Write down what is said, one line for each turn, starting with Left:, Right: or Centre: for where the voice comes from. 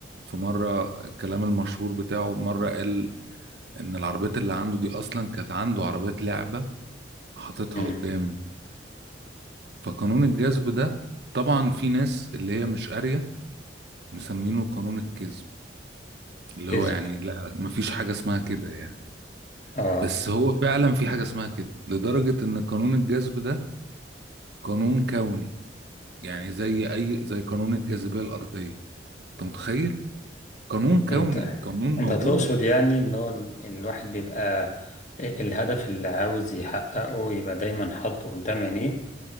Right: في مرة الكلام المشهور بتاعه مرة قال ان العربيات اللي عنده دي اصلا كانت عنده عربيات لعبة حاططها
Left: امم
Right: قدامه فقانون الجذب ده طبعا في ناس اللي هي مش قارية مسمينه قانون الكذب اللي
Left: كذب
Right: هو يعني لا مفيش حاجة اسمها كده يعني
Left: اه
Right: بس هو فعلا في حاجة اسمها كده لدرجة ان قانون الجذب ده قانون كوني يعني زي اي زي قانون الجاذبية الارضية انت متخيل قانون كوني
Left: انت
Right: قانون
Left: انت
Right: موجود
Left: تقصد يعني ان هو ال- الواحد بيبقى إيه الهدف اللي عاوز يحققه يبقى دايما حاطه قدام عينيه